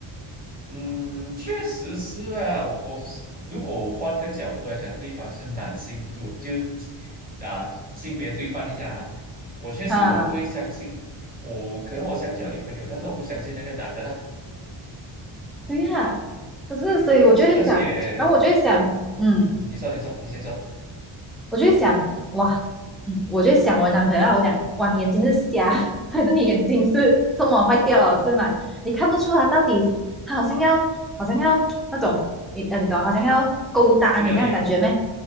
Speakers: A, on the right; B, in the centre.
A: 嗯，确实是啊。我我是如果换个角度来讲，对方是男性，就就啊性别对换一下啊，我确实我也不会相信，
B: 啊，
A: 我可能我相信我女朋友，但是我不相信那个男的啦。
B: 对呀、可是所以我就会想，
A: 嗯，而且而且，
B: 然后我就会想，嗯。
A: 嗯，你说你说你先说，
B: 我就会想，哇，嗯我就想我男朋友啊，我讲，哇，你眼睛是瞎，<laughs> 还是你眼睛是这么坏掉了是吗？你看不出他到底他好像要，好像要那种，你呃，你懂，好像要勾搭你这样的感觉没？
A: 吃掉你啊。